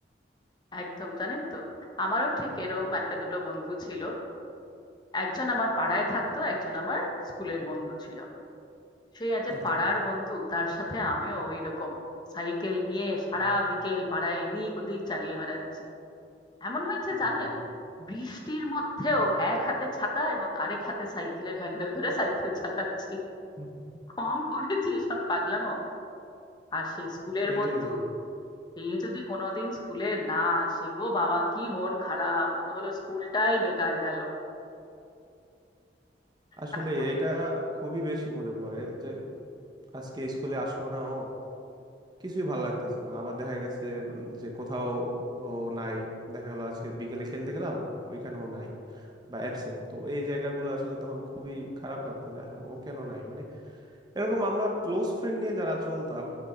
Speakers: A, on the left; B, on the right.
A: একদম জানেন তো আমারও ঠিক এরম একটা দুটো বন্ধু ছিল একজন আমার পাড়ায় থাকতো একজন আমার স্কুলের বন্ধু ছিল সেই আজ
B: আচ্ছা
A: পাড়ার বন্ধু তার সাথে আমিও ওই রকম সাইকেল নিয়ে সারা
B: হুম
A: বিকেল পাড়ায় এদিক ওদিক চালিয়ে বেড়াচ্ছি এমন হয়েছে
B: হুম
A: জানেন
B: হুম।
A: বৃষ্টির মধ্যেও এক হাতে ছাতা এবং আরেক হাতে সাইকেলের হ্যান্ডেল ধরে সাইকেল চালাচ্ছি
B: <laughs>
A: কম করেছি এসব পাগলামো আর সেই স্কুলের
B: সেটাই
A: বন্ধু সে যদি কোনোদিন স্কুলে না আসে ও বাবা কি মন খারাপ মনে হলো স্কুলটাই বেকার গেল
B: আসলে
A: তারপর
B: এটা খুবই বেশি মনে পড়ে যে আজকে স্কুলে আসলো না ও কিছুই ভালো লাগতেছে না আবার দেখা গেছে উম, যে কোথাও ও নাই দেখা গেল আজকে বিকেলে খেলতে গেলাম ওইখানেও নাই বা অ্যাবসেন্ট তো এই জায়গাগুলো আসলে তখন খুবই খারাপ লাগতো যে হ্যাঁ ও কেন নাই মানে এরকম আমরা ক্লোজ ফ্রেন্ড নিয়ে যারা চলতাম